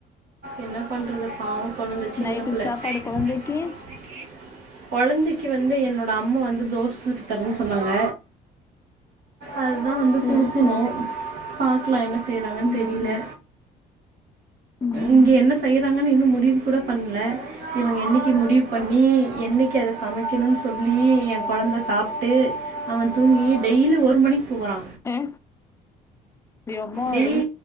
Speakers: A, on the right; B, on the left.
A: என்னப் பண்றது பாவொ கொழந்தெ சின்னப்
B: நைட்டுக்கு
A: பிளெ
B: சாப்பாடு
A: <unintelligible>
B: கொழந்தைக்கு?
A: கொழந்திக்கி வந்து என்னோட அம்மு வந்து தோஸ் சுட்டு தரேன் சொன்னாங்க அது தா வந்து
B: சரி,
A: குடுக்குணு
B: சரி.
A: பாக்லா என்ன செய்றாங்கன்
B: ம்ஹ்ம்,
A: தெரீலெ
B: ம்ஹ்ம்.
A: இங்கே என்னெ செய்றாங்கன்னூ இன்னு முடிவு கூட பண்லே இவங்க என்னெக்கி முடிவு பண்ணீ இன்னிக்கி அத சமெக்கிணு சொல்லீ எ கொழந்த சாப்ட்டூ அவன் தூங்கீ டெய்லீ ஒரு மணிக் தூங்குறா
B: ஏ இது எம்மாடி!
A: டேய்